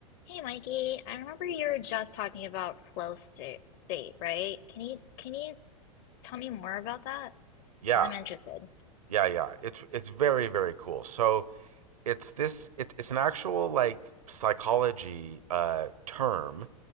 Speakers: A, on the left; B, on the right.
A: Hey Mikey, I remember you were just talking about flow state, state, right? Can you can you tell me more about that?
B: Yeah,
A: Because I'm interested.
B: yeah, yeah. It's it's very very cool. So it's this it's it's an actual like psychology uh term